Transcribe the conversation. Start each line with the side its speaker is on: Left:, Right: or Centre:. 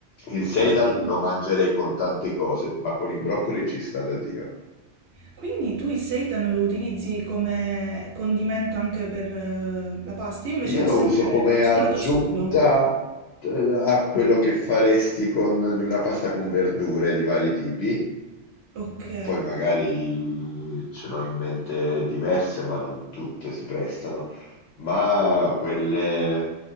Left: Il seitan
Right: Ah, quindi,
Left: lo mangerei con tante cose, ma con i broccoli ci sta da Dio.
Right: quindi tu il seitan lo utilizzi come condimento anche per eh, la pasta? Io invece
Left: Io
Right: l'ho
Left: lo
Right: sempre
Left: uso come
Right: consumato
Left: aggiunta
Right: solo.
Left: t- a quello che faresti con di una pasta con verdure di vari tipi,
Right: Ok,
Left: poi magari mm, ce n'ho in mente diverse, ma non tutte si prestano, ma quelle